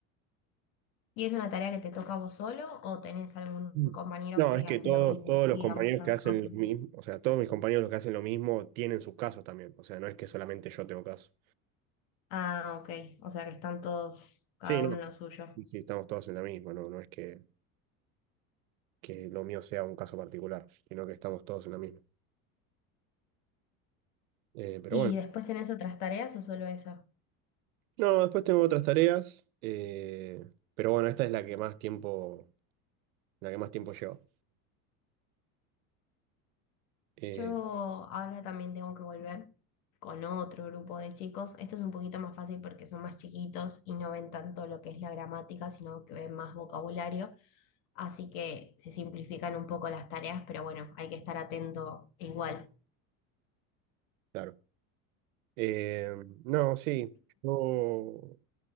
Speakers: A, on the left (about 75°); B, on the right (about 80°).
A: ¿Y es una tarea que te toca a vos solo o tenés algún
B: Mm.
A: compañero
B: No,
A: que
B: es que
A: hace
B: todos,
A: lo mismo,
B: todos los
A: digamos,
B: compañeros
A: trabajan?
B: que hacen
A: juntos?
B: lo mismo, o sea, todos mis compañeros los que hacen lo mismo tienen sus casos también. O sea, no es que solamente yo tengo casos.
A: Ah, ok. O sea que están todos, cada
B: Sí,
A: uno
B: no.
A: en lo suyo.
B: Sí, sí, estamos todos en la misma, no, no es que, que lo mío sea un caso particular, sino que estamos todos en la misma. Eh, pero
A: ¿Y
B: bueno.
A: después tenés otras tareas o solo esa?
B: No, después tengo otras tareas, eh, pero bueno, esta es la que más tiempo, la que más tiempo lleva. Eh,
A: Yo ahora también tengo que volver con otro grupo de chicos. Esto es un poquito más fácil porque son más chiquitos y no ven tanto lo que es la gramática, sino que ven más vocabulario. Así que se simplifican un poco las tareas, pero bueno, hay que estar atento igual.
B: claro. Eh, no, sí, yo